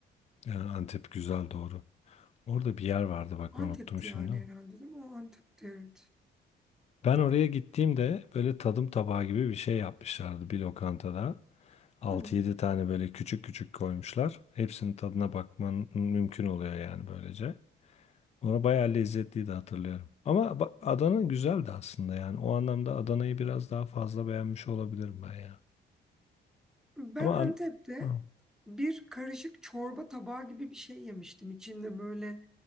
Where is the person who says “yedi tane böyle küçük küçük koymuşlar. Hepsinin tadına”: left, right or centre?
Left